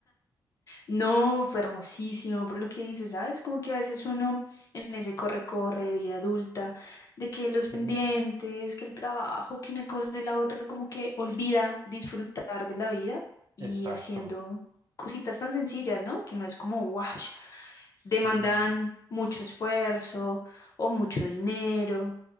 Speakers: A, on the left; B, on the right.
A: No, fue hermosísimo, por lo que dices, ¿sabes? Como que a veces uno en ese corre-corre de vida adulta, de que
B: Sí,
A: los pendientes, que el trabajo, que una cosa y la otra, como que olvida disfrutar de la vida y
B: exacto.
A: haciendo cositas tan sencillas, ¿no? Que no es como, wow,
B: Sí,
A: demandan mucho esfuerzo o mucho dinero.